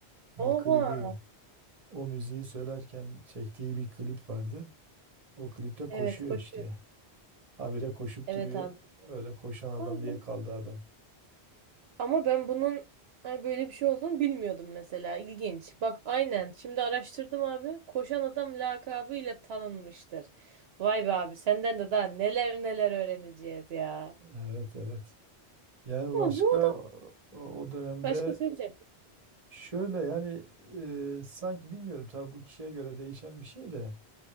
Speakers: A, on the right; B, on the right.
A: Bir
B: Oha.
A: klibi, o müziği söylerken çektiği bir klip vardı. O klipte koşuyor
B: Evet koşuyor.
A: işte. Habire koşup
B: Evet
A: duruyor.
B: abi.
A: Öyle koşan adam
B: Vay
A: diye
B: be.
A: kaldı adam.
B: Ama ben bunun ay böyle bir şey olduğunu bilmiyordum mesela. İlginç. Bak aynen. Şimdi araştırdım abi. Koşan adam lakabıyla tanınmıştır. Vay be abi senden de daha neler neler öğreneceğiz ya.
A: Evet evet. Yani
B: Ama
A: başka
B: bu adam
A: o, o dönemde
B: Başka söyleyeceğim.
A: şöyle yani e, sanki bilmiyorum tabii bu kişiye göre değişen bir şey de.